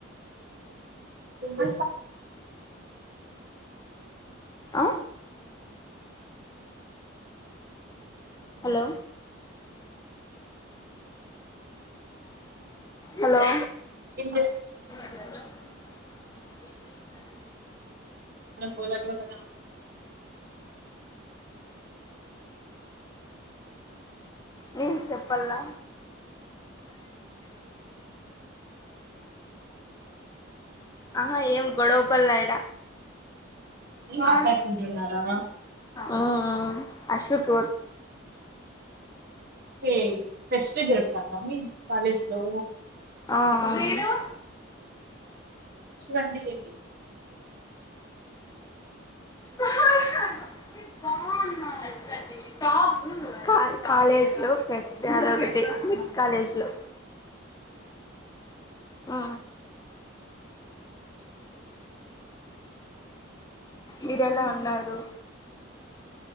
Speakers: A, on the right; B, on the left.
A: ఉంగ
B: ఆ అలో హలో
A: ఇకా
B: ఏ
A: మన బోలా మ
B: నేన్ చెప్పల్లా ఆహా ఏం గొడవ్పల్లాయడ అ
A: మాట్లాడుకుంటున్నారా
B: ఆ అస్రుక్
A: ఏయ్ ఫ్రెష్ జరుగుతాంద మి కాలేజ్ లో
B: అ ఆ
A: అండి ఏవి
B: <unintelligible> కా కాలేజ్ లో ఫెస్ట్ జారోకటి మిస్ కాలేజ్ లో ఆ మీరెలా ఉన్నారు